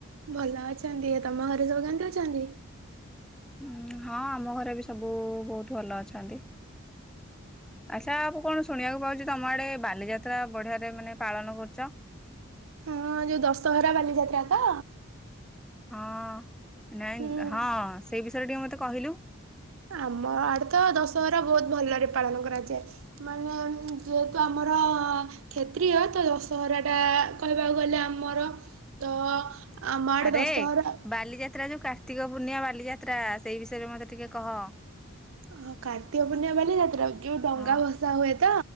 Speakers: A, on the right; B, in the centre.
A: ଭଲ ଅଛନ୍ତି ତମ ଘରେ ସବୁ କେମିତି ଅଛନ୍ତି।
B: ହୁଁ ହଁ ଆମ ଘରେ ବି ସବୁ ବହୁତ ଭଲ ଅଛନ୍ତି ଆଚ୍ଛା ଆ କଣ ଶୁଣିବାକୁ ପାଉଛି ତମ ଆଡେ ବାଲିଯାତ୍ରା ବଢିଆରେ ମାନେ ପାଳନ କରୁଛ।
A: ହଁ ଯୋଉ ଦଶହରା ବାଲିଯାତ୍ରା ତ
B: ହଁ ନାଇଁ
A: ହୁଁ।
B: ହଁ ସେଇ ବିଷୟ ଟିକେ ମତେ କହିଲୁ?
A: ଆମ ଆଡେ ତ ଦଶହରା ବହୁତ ଭଲରେ ପାଳନ କରାଯାଏ ମାନେ ଯେହେତୁ ଆମର କ୍ଷତ୍ରୀିୟ ତ ଦଶହରା ଟା କହିବାକୁ ଗଲେ ଆମର ତ ଆମ ଆଡେ
B: ଆରେ
A: ଦଶହରା
B: ବାଲିଯାତ୍ରା ଯୋଉ କାର୍ତ୍ତିକ ପୂର୍ଣ୍ଣିଆ ବାଲିଯାତ୍ରା ସେଇ ବିଷୟରେ ମତେ ଟିକେ କହ
A: ଓ କାର୍ତ୍ତିକ ପୂର୍ଣ୍ଣିମା ବାଲି ଯାତ୍ରା ଯୋଉ ଡଙ୍ଗା
B: ହଁ
A: ଭସା ହୁଏ ତ